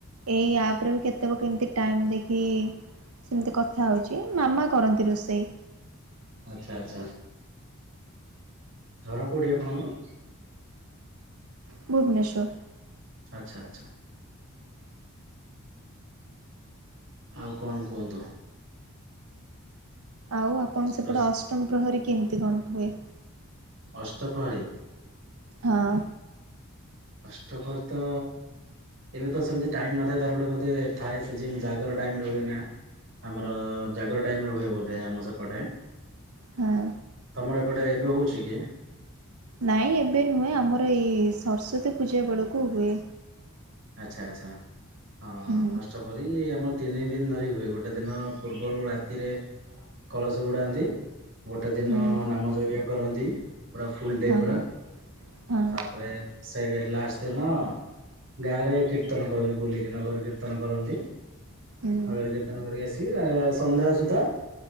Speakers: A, on the right (about 75°); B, on the right (about 55°).
A: ଏଇ ଆପ ରେ ବି କେତେବେ କେମିତି ଟାଇମ ଦେଖି ସେମିତି କଥା ହେଉଛି। ମାମା କରନ୍ତି ରୋଷେଇ।
B: ଆଚ୍ଛା ଆଚ୍ଛା। ଘର କୋଉଠି ଆପଣଙ୍କର।
A: ଭୁବନେଶ୍ୱର।
B: ଆଚ୍ଛା ଆଚ୍ଛା। ଆଉ କଣ କୁହନ୍ତୁ?
A: ଆଉ ଆପଣ ସେପଟେ
B: ରୋଷ୍
A: ଅଷ୍ଟମ ପ୍ରହରୀ କେମିତି କଣ ହୁଏ?
B: ଅଷ୍ଟପ୍ରହରୀ।
A: ହଁ।
B: ଅଷ୍ଟ ପ୍ରହରୀ ତ ଏବେ ତ ସେମିତି ଟାଇମ ନଥାଏ ତାର ଗୋଟେ ବୋଧେ ଥାଏ ସିଜନ୍ ଜାଗର ଟାଇମ ହୁଏ ନା। ଆମର ଜାଗର ଟାଇମରେ ହୁଏ ବୋଧେ ଆମ ସେପଟେ।
A: ହଁ।
B: ତମର ଏପଟେ ଏବେ ହଉଛି କି?
A: ନାଇଁ ଏବେ ନୁହେଁ। ଆମର ଏଇ ସରସ୍ଵତୀ ପୂଜା ବେଳକୁ ହୁଏ।
B: ଆଚ୍ଛା ଆଚ୍ଛା। ହଁ।
A: ହୁଁ
B: ଅଷ୍ଟପ୍ରହରି ଏ ଆମର ତିନି ଦିନ ଧରି ହୁଏ। ଗୋଟେ ଦିନ ପୂର୍ବରୁ ରାତିରେ କଳସ ବୁଡାନ୍ତି। ଗୋଟେ ଦିନ
A: ହୁଁ
B: ନାମ ଯଜ୍ଞ କରନ୍ତି। ପୁରା ଫୁଲ ଡେ
A: ହଁ
B: ପୁରା। ତାପ
A: ହଁ
B: ତାପରେ ସେକେ ଲାଷ୍ଟ ଦିନ ଗାଁ ରେ କୀର୍ତ୍ତନ କରନ୍ତି ବୁଲିକି ନଗର କୀର୍ତ୍ତନ କରନ୍ତି।
A: ହୁଁ
B: ଆଗରେ କୀର୍ତନ କରିକି ଆସିକି ସନ୍ଧ୍ୟା ସୁଦ୍ଧା